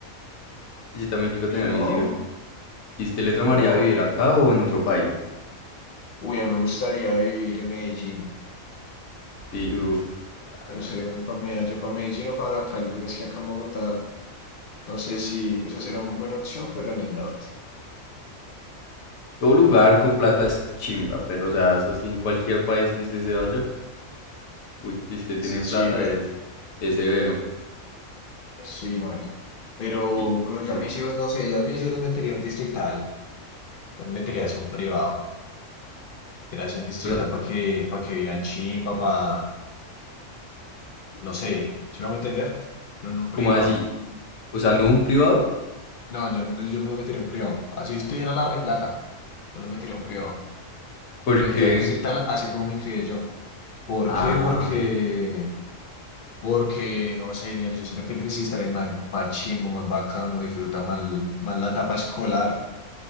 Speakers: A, on the left (about 85°); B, on the left (about 60°).
A: Sí, yo también quiero
B: Y
A: tener
B: no,
A: mis hijos. ¿Y usted le tramaría
B: no.
A: vivir acá o en otro país?
B: Uy, a mí me gustaría vivir en Medellín.
A: Sí, uff, claro.
B: Me gustaría ir para Medellín, para Medellín o para Cali, pero es que acá en Bogotá, no sé si, o sea, sería muy buena opción, pero en el norte.
A: Todo lugar con plata es chimba, pero o sea, eso sí, en cualquier país que usted se vaya, uy, si usted tiene
B: Sí,
A: plata
B: pero,
A: es, es severo.
B: sí, Mari. Pero,
A: Y
B: pero yo
A: eso.
B: a mis hijos, no sé, yo a mis hijos los metería a un distrital, los metería hacia un privado, metería hacia un distrital
A: O sea,
B: para que, para que vivan chimba, para, no sé, ¿se me va a entender? No en un privado.
A: como así, o sea, no un privado,
B: No, yo, yo no lo metería a un privado. Así estuviera la replata. No lo metería a un privado.
A: porque...
B: Lo metería a un distrital, así como me crié yo. ¿Por
A: Ah,
B: qué? Porque, porque, no sé, señor, yo siento que el resistor es más, más chimbo, más bacano, no disfruta más, más la etapa escolar.